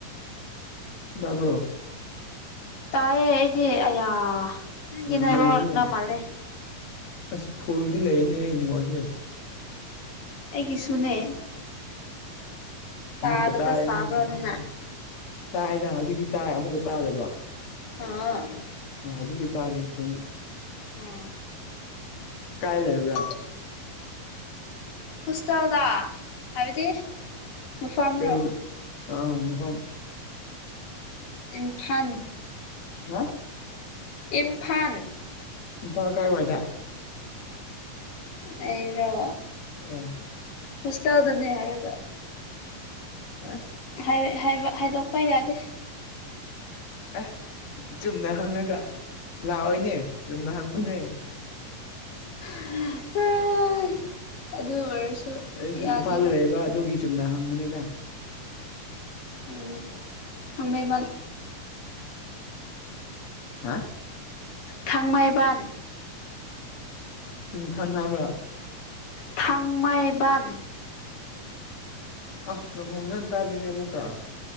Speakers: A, on the left; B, on the left.
A: ꯗꯥꯕ꯭ꯔꯣ
B: ꯇꯥꯏꯌꯦ ꯑꯩꯗꯤ ꯑꯌꯥ ꯅꯪꯒꯤ
A: ꯑ
B: ꯅꯦꯠꯋꯥꯔꯛꯅ
A: ꯅꯦꯠꯋꯥꯛꯁꯦ ꯌꯥꯝ
B: ꯃꯥꯜꯂꯦ
A: ꯑꯁ ꯐꯨꯜꯗꯤ ꯂꯩꯅꯦ ꯑꯩ ꯅꯦꯋꯥꯛꯁꯦ
B: ꯑꯩꯒꯤꯁꯨꯅꯦ ꯇꯥꯗꯕ
A: ꯑꯃꯨꯛꯀ ꯇꯥꯔꯦ
B: ꯁꯥꯕ꯭ꯔ
A: ꯅꯪ
B: ꯅꯪꯅ
A: ꯇꯥꯏꯗ ꯍꯧꯖꯤꯛꯇꯤ ꯇꯥꯏ ꯑꯃꯨꯛꯀ ꯇꯥꯗꯕ
B: ꯑꯥ
A: ꯑꯣ ꯍꯧꯖꯤꯛꯀꯤ ꯇꯥꯔꯦ ꯐꯖꯅ
B: ꯎꯝ
A: ꯀꯥꯏ ꯂꯩꯕ꯭ꯔꯥ
B: ꯍꯣꯁꯇꯦꯜꯗ ꯍꯥꯏꯕꯗꯤ ꯃꯐꯝꯔꯣ
A: ꯀꯩ ꯑ ꯃꯐꯝ
B: ꯏꯝꯐꯥꯜ
A: ꯅꯥ
B: ꯏꯝꯐꯥꯜ
A: ꯏꯝꯐꯥꯜ ꯀꯥꯏ ꯋꯥꯏꯗ
B: ꯑꯩꯔꯣ
A: ꯎꯝ
B: ꯍꯣꯁꯇꯦꯜꯗꯅꯦ ꯍꯥꯏꯔꯒ
A: ꯍꯥ
B: ꯍꯥꯏ ꯍꯥꯏꯕ ꯍꯥꯏꯗꯣꯛꯄ ꯌꯥꯗꯦ
A: ꯑꯦ ꯆꯨꯝꯅ ꯍꯪꯉꯒ ꯂꯥꯛꯑꯣꯏꯅꯦ ꯆꯨꯝꯅ ꯍꯪꯕꯅꯦ
B: <unintelligible> ꯑꯗꯨ ꯑꯣꯏꯔꯁꯨ
A: ꯑꯩꯁꯨ
B: ꯌꯥꯗꯦꯕ
A: ꯏꯝꯐꯥꯜꯗ ꯂꯩꯕ ꯑꯗꯨꯒꯤ ꯆꯨꯝꯅ ꯍꯪꯕꯅꯦꯗ
B: ꯍꯣꯏꯅꯤ ꯊꯥꯡꯃꯩꯕꯟ
A: ꯍꯥ
B: ꯊꯥꯡꯃꯩꯕꯟ
A: ꯆꯤꯡꯊꯟ ꯍꯥꯏꯕ꯭ꯔꯥ
B: ꯊꯥꯡꯃꯩꯕꯥꯟ
A: ꯑꯥ ꯅꯈꯣꯟ ꯐꯖꯟ ꯇꯥꯗꯦꯅꯦ ꯑꯃꯨꯛꯀ